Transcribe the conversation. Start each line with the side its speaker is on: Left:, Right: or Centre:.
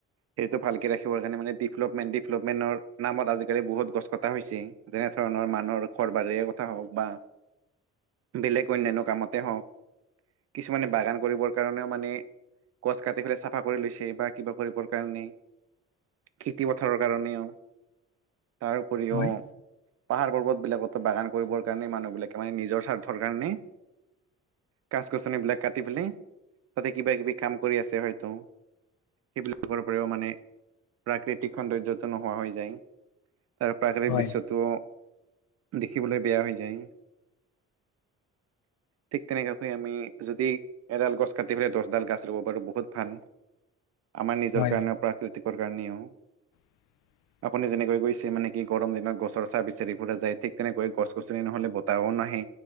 Right: সেইটো ভালকে ৰাখিবৰ কাৰণে মানে ডিভলপমেণ্ট ডিভলপমেণ্টৰ নামত আজিকালি বহুত গছ কটা হৈছে। যেনে ধৰণৰ মানুহৰ ঘৰ বাৰিৰে কথা হওঁক বা- বেলেগ অন্যান্য কামতে হওঁক, কিছুমানে বাগান কৰিবৰ কাৰণেও মানে- গছ কাটি পেলাই চাফা কৰি লৈছে বা কিবা কৰিবৰ কাৰণে্ খেতি পথাৰৰ কাৰণেও। তাৰ উপৰিও
Left: হয়
Right: পাহাৰ পৰ্বত বিলাকতো বাগান কৰিবৰ কাৰণে মানুহ বিলাক- মানে নিজৰ স্বাৰ্থৰ কাৰণে- গাছ গছনি বিলাক কাটি পেলাই তাতে কিবা কিবি কাম কৰি আছে হয়তো। সেইবিলাকৰ পৰাও মানে প্ৰাকৃতিক সৌন্দৰ্যটো নোহোৱা হৈ যায়। তাৰ প্ৰাকৃতিক
Left: হয়
Right: দৃশ্যটো দেখিবলৈ বেয়া হৈ যায়। ঠিক তেনেকাকৈ আমি যদি এডাল গছ কাটি পেলাই দচডাল গাছ ৰুব পাৰোঁ বহুত ভাল। আমাৰ নিজৰ
Left: হয়
Right: কাৰণে প্ৰাকৃতিকৰ কাৰণেও-
Left: <inaudible>
Right: আপুনি যেনেকৈ গৈছে মানে কি গৰম দিনত গছৰ ছাঁ বিচাৰি ফুৰা যায়, ঠিক তেনেকৈ গছ-গছনি ন'হলে ব- তাহও নাহে।